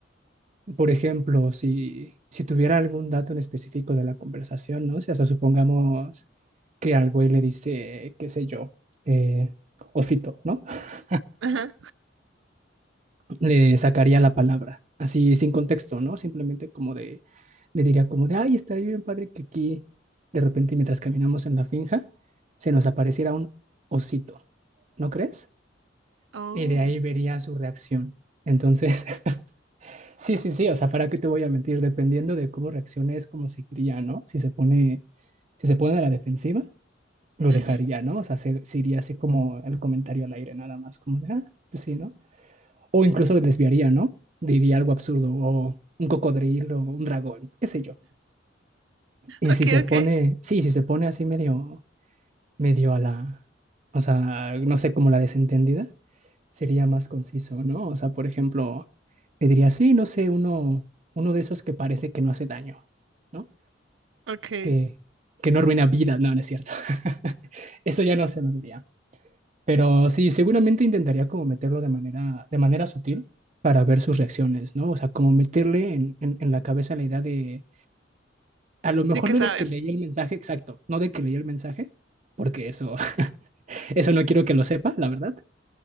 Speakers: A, on the right; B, on the right.
A: Por ejemplo, si, si tuviera algún dato en específico de la conversación, ¿no? O sea, o supongamos que al güey le dice, qué sé yo, eh, osito, ¿no? <laughs>
B: Ajá.
A: Le sacaría la palabra, así sin contexto, ¿no? Simplemente como de, le diría como de, ay, estaría bien padre que aquí, de repente, mientras caminamos en la finja, se nos apareciera un osito, ¿no crees?
B: Oh.
A: Y de ahí vería su reacción. Entonces, <laughs> Sí, sí, sí, o sea, ¿para qué te voy a mentir? Dependiendo de cómo reacciones, cómo seguiría, ¿no? Si se pone, si se pone a la defensiva, lo
B: ujú.
A: dejaría, ¿no? O sea, se, se iría así como el comentario al aire, nada más, como de, ah, pues sí, ¿no? O incluso lo desviaría, ¿no? Diría algo absurdo, o un cocodrilo, o un dragón, qué sé yo. Y
B: Okay,
A: si se
B: okay.
A: pone, sí, si se pone así medio, medio a la, o sea, no sé, como la desentendida, sería más conciso, ¿no? O sea, por ejemplo, te diría, sí, no sé, uno, uno de esos que parece que no hace daño, ¿no?
B: Okay.
A: Que, que no arruina vida, no, no es cierto. <laughs> Eso ya no se lo diría. Pero sí, seguramente intentaría como meterlo de manera, de manera sutil para ver sus reacciones, ¿no? O sea, como meterle en, en, en la cabeza la idea de, a lo mejor
B: ¿De qué
A: no
B: sabes?
A: de que leí el mensaje exacto, no de que leí el mensaje, porque eso, <laughs> eso no quiero que lo sepa, la verdad,